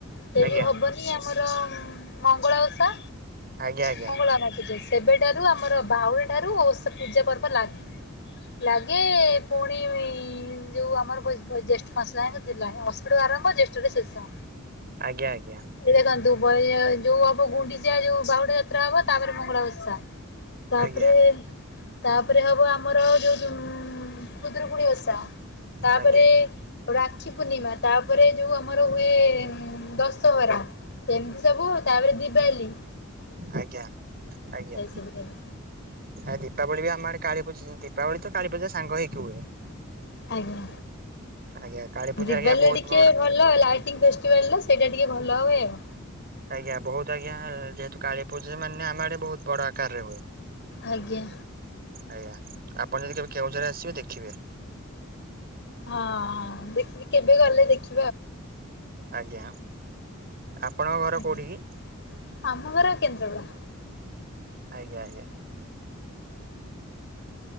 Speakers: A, on the left; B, on the right.
A: ସେ
B: ଆଜ୍ଞା।
A: ଯୋଉ ହବନି ଆମର ମଙ୍ଗଳା ଓଷା
B: ଆଜ୍ଞା ଆଜ୍ଞା
A: ମଙ୍ଗଳା ନାଚଚେ। ସେବେଠାରୁ ଆମର ବାଉରି ଠାରୁ ଓଷା ପୂଜା ପର୍ବ ଲାଗେ। ଲାଗେ ପୁଣି ଯୋଉ ଆମର ବୈଶ ଜେଷ୍ଠ ମାସ ଯାଏଁ ଯିଲାଏ। ଅଶ <unintelligible> ଆରମ୍ଭ ଜେଷ୍ଠରେ ଶେଷ।
B: ଆଜ୍ଞା ଆଜ୍ଞା।
A: ଏଇଟା କଣ ଦୁବ ଏ ଯୋଉ ହବ ଗୁଣ୍ଡିଚା ଯୋଉ ବାହୁଡା ଯାତ୍ରା ହବ ତାପରେ ମଙ୍ଗଳା ଓଷା। ତାପରେ
B: ଆଜ୍ଞା
A: ତାପରେ ହବ ଆମର ଯୋଉ ଦୁମ ଖୁଦୁରୁକୁୁଣୀ ଓଷା। ତାପରେ
B: ଆଜ୍ଞା ଆଜ୍ଞା
A: ରାକ୍ଷୀ ପୂର୍ଣ୍ଣିମା ତାପରେ ଯୋଉ ଆମର ହୁଏ ଉଁ ଦଶହରା। ଏମିତି ସବୁ ତାପରେ ଦିବାଲି।
B: ଆଜ୍ଞା ଆଜ୍ଞା।
A: ସବୁଠାରେ।
B: ଆ ଦୀପାବଳି ବି ଆମର କାଳୀପୂଜ ଦୀପାବଳି ତ କାଳୀପୂଜା ସାଙ୍ଗ ହେଇକି ହୁଏ।
A: ଆଜ୍ଞା
B: ଆଜ୍ଞା। କାଳୀପୂଜା
A: ଦିିବାଲିରେ
B: ଆଜ୍ଞା ବହୁତ ବଡ
A: <inaudible> ଲାଇଟିଂ ଫେଷ୍ଟିଭାଲ ସେଇଟା ଟିକେ ଭଲ ହୁଏ ଆଉ।
B: ଆଜ୍ଞା ବହୁତ ଆଜ୍ଞା ଯେହେତୁ କାଳୀ ପୂଜା ମାନେ ଆମ ଆଡେ ବହୁତ ବଡ ଆକାରରେ ହୁଏ।
A: ଆଜ୍ଞା।
B: ଆଜ୍ଞା। ଆପଣ ଯଦି କେବେ କେଉଁଝର ଆସିବେ ଦେଖିବେ।
A: ହଁ- ହଁ ଦେଖି କେବେ ଗଲେ ଦେଖି
B: ଆଜ୍ଞା। ଆପଣଙ୍କ ଘର
A: ଆଜ୍ଞା।
B: କଉଠି କି?
A: ଆମ ଘର କେନ୍ଦ୍ରାପଡା।
B: ଆଜ୍ଞା -ଆଜ୍ଞା।